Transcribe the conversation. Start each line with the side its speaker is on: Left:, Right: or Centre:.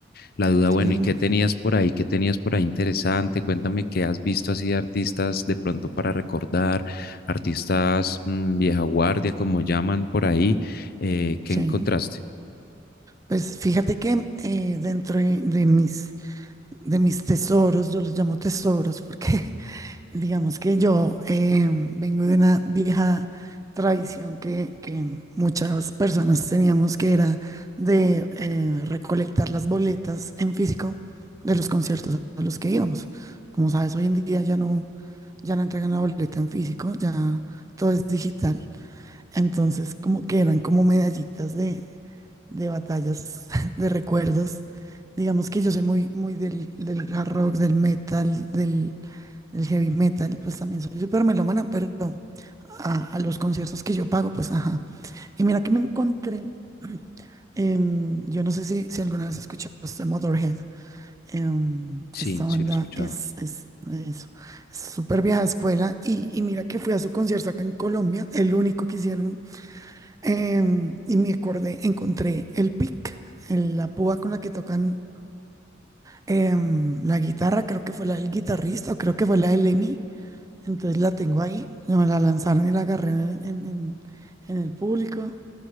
Left: la duda, bueno,
Right: Sí, dime.
Left: ¿y qué tenías por ahí? ¿Qué tenías por ahí interesante? Cuéntame qué has visto así de artistas de pronto para recordar, artistas mm, vieja guardia, como llaman por ahí, eh, ¿qué
Right: Sí.
Left: encontraste?
Right: Pues fíjate que eh, dentro de, de mis, de mis tesoros, yo los llamo tesoros porque <laughs> Digamos que yo eh, vengo de una vieja tradición que, que muchas personas teníamos, que era de eh, recolectar las boletas en físico de los conciertos a los que íbamos. Como sabes, hoy en día ya no, ya no entregan la boleta en físico, ya todo es digital. Entonces, como que eran como medallitas de, de batallas, <laughs> de recuerdos. Digamos que yo soy muy, muy del, del hard rock, del metal, del, del heavy metal, pues también soy súper melómana, pero a, a los conciertos que yo pago, pues ajá. Y mira que me encontré, em, yo no sé si, si alguna vez escuchaste Motorhead, em,
Left: Sí,
Right: esta banda
Left: sí lo he escuchado.
Right: es, es eso, es súper vieja escuela, y, y mira que fui a su concierto acá en Colombia, el único que hicieron Em, y me acordé, encontré el pick, el- la púa con la que tocan em, la guitarra, creo que fue la del guitarrista o creo que fue la del Emi. Entonces la tengo ahí, me la lanzaron y la agarré en el, en- en- en el público.